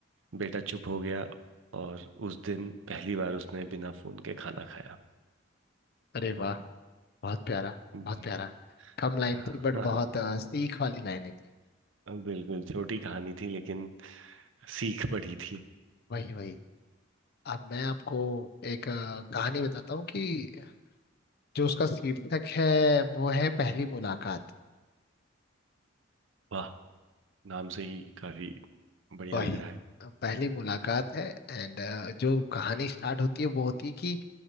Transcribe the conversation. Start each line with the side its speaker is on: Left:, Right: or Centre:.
Right: बेटा चुप हो गया और उस दिन पहली बार उसने बिना फोन के खाना खाया
Left: अरे वाह बहुत प्यारा
Right: <laughs> हम्म,
Left: बहुत प्यारा कम लाइन
Right: हाँ,
Left: थी बट
Right: हाँ,
Left: बहुत अ, सीख वाली लाइनें थी
Right: बिल्कुल छोटी कहानी थी लेकिन सीख पड़ी थी
Left: वही वही अब मैं आपको एक अ, कहानी बताता हूँ कि जो उसका शीर्षक है वो है पहली मुलाकात
Right: वाह नाम से ही काफी बढ़िया
Left: वही
Right: लग रहा है
Left: पहली मुलाकात है एंड जो कहानी स्टार्ट होती है वो होती है कि